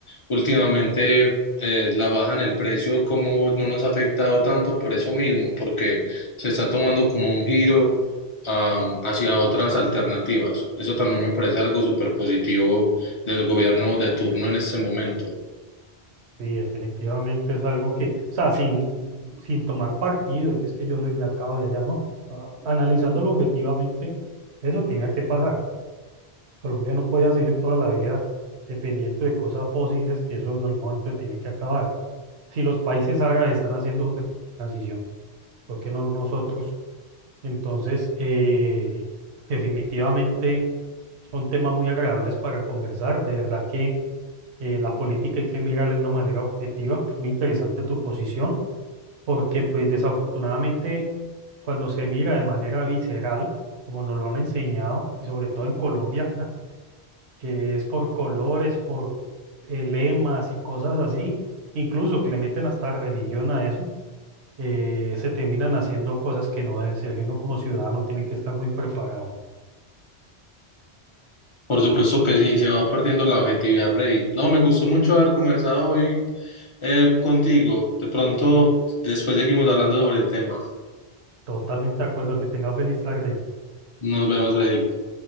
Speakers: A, on the left; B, on the right.
A: últimamente eh, la baja en el precio, como no nos ha afectado tanto por eso mismo, porque se está tomando como un giro am, hacia otras alternativas. Eso también me parece algo súper positivo del gobierno de turno en este momento.
B: Sí, definitivamente es algo que, o sea, sin, sin tomar partido, que es que yo soy de acá o de allá, ¿no? Ah, analizándolo objetivamente, eso tenía que pasar. Colombia no podía seguir toda la vida dependiendo de cosas fósiles, que eso en algún momento tiene que acabar. Si los países árabes están haciendo su tra- transición, ¿por qué no nosotros? Entonces, eh, definitivamente son temas muy agradables para conversar. De verdad que eh, la política hay que mirarla de una manera objetiva. Muy interesante tu posición, porque pues desafortunadamente cuando se mira de manera visceral, como nos lo han enseñado, y sobre todo en Colombia, <laughs> que es por colores, por eh, lemas y cosas así, incluso que le meten hasta religión a eso, eh, se terminan haciendo cosas que no deben ser. Y uno como ciudadano tiene que estar muy preparado.
A: Por supuesto que sí, se va perdiendo la objetividad, Freddy. No, me gustó mucho haber conversado hoy eh, contigo. De pronto, después seguimos hablando sobre el tema.
B: Totalmente de acuerdo, que tenga feliz tarde.
A: Nos vemos, Freddy.